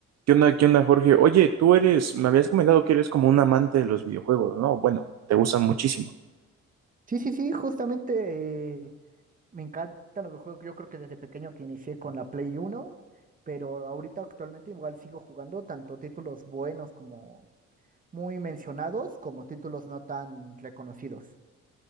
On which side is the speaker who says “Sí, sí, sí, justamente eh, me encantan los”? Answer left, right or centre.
Right